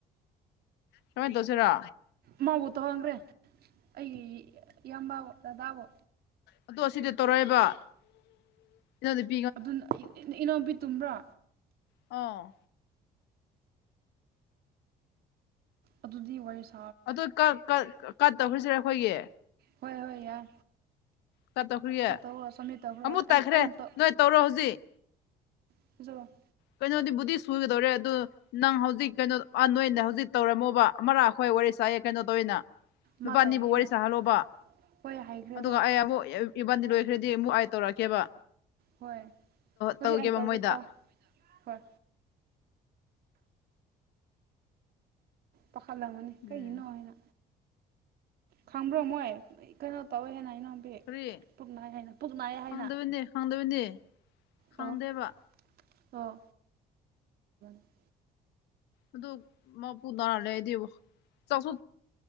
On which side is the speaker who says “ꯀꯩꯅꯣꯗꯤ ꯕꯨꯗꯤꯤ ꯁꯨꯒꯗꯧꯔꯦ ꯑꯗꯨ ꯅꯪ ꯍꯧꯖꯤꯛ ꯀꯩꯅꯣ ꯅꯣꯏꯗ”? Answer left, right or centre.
Left